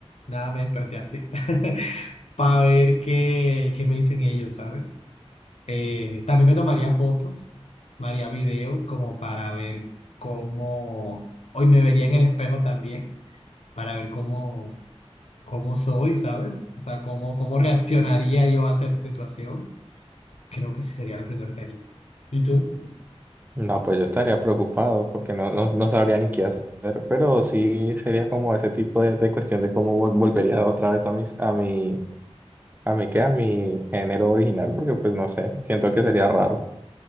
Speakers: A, on the left; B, on the right.
A: nada, me desperté así, <laughs> para ver qué, qué me dicen ellos, ¿sabes? Eh, también me tomaría fotos, me haría videos como para ver cómo, hoy me vería en el espejo también, para ver cómo, cómo soy, ¿sabes? O sea, cómo, cómo reaccionaría yo ante esa situación. Creo que sí sería lo primero que haría. ¿Y tú?
B: No, pues yo estaría preocupado porque no, no, no sabría ni qué hacer, pero sí sería como ese tipo de, de cuestión de cómo vol- volvería otra vez a mis, a mi, A mí queda mi género original porque pues no sé, siento que sería raro.